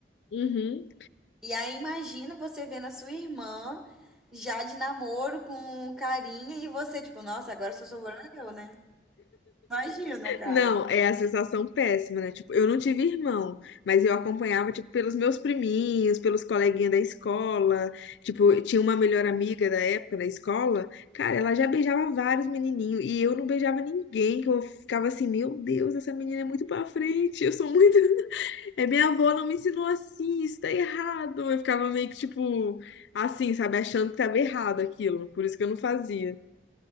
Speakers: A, on the left (about 80°); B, in the centre.
A: Uhum.
B: E aí, imagina você vendo a sua irmã já de namoro com carinha e você, tipo, nossa, agora só sobrou eu, né? Imagina, cara.
A: Não, é a sensação péssima, né? Tipo, eu não tive irmão, mas eu acompanhava, tipo, pelos meus priminhos, pelos coleguinhas da escola. Tipo, eu tinha uma melhor amiga da época da escola. Cara, ela já beijava vários menininhos e eu não beijava ninguém, que eu ficava assim, meu Deus, essa menina é muito pra frente, eu sou muito... <laughs> É, minha avó não me ensinou assim, isso tá errado. Eu ficava meio que, tipo, assim, sabe? Achando que tava errado aquilo, por isso que eu não fazia.